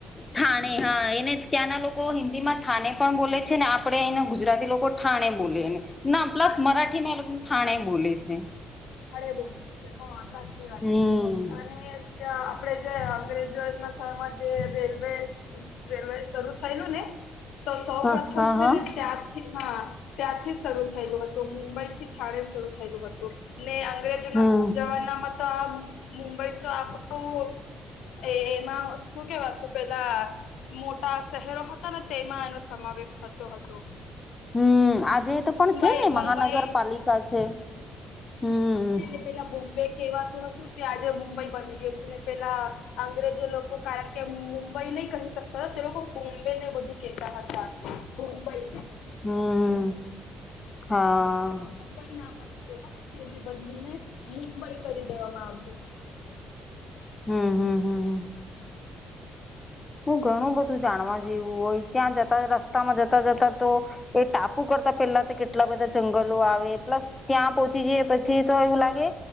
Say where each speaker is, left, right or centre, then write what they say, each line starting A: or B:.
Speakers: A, on the left; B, on the left.
A: <inaudible> એને ત્યાંના લોકો હિન્દી માં થાને પણ બોલે છે ને આપણેે એને ગુજરાતી લોકો થાણે બોલે છે ને ના પ્લસ
B: થાણે
A: મરાઠમાં
B: બોલ
A: એ લોકોને થાણે બોલે છે.
B: હઠે બોલ હ સાચી વાત
A: હમ
B: છે અને ત્યાં આપડેજે અંગ્રેજો ના સમાંજે રેલવે, રેલવે શરુ થયેલુંને. તો સૌ
A: હા
B: પ્રથમ
A: હા
B: છે
A: હા
B: ને ત્યાં હા ત્યાંથી શરૂ થયેલું હતું, મુંબઈ થી થણે શરૂ થયેલું હતું, ને અંગ્રેજ તેના
A: હમ
B: જવાનામાં તો આમ મુંબઈ તો આપણું એ એમાં શું કેવાતુ પેલા મોટા શહેરો હતાને, તેમાં એનો સમાવેશ થતો હતો.
A: હમ્મ, આજે તો પણ
B: મુંબઈ
A: છેને,
B: મુંબઈ
A: મહાનગરપાલિકા છે. હમ
B: હજ એને પેલા બોમ્બે કેવાતું હતું. આજે મુંબઈ બની ગયો છે, ને પેલા અંગ્રેજો લોકો કારણકે મુંબઈ નહી કહી શક હતા, તે લોકો બોમ્બે ને બધું કેતા હતા, મુંબઈ
A: હમ્મ, હા.
B: મુંબઈ નામ હતું પેલા, પછી એની બદલીને મુંબઈ કરી દેવામાં આવ્યું હતું.
A: હમ્મ હમ્મ હમ્મ હમ્મ હું ઘણું બધું જાણવા જેવું હોય, ત્યાં જતા રસ્તામાં જતા જતા તો એ ટાપુ કરતા પેલાતે કેટલા બધા જંગલો આવે પ્લસ ત્યાં પહોંચી જઈએ પછી તો એવું લાગે.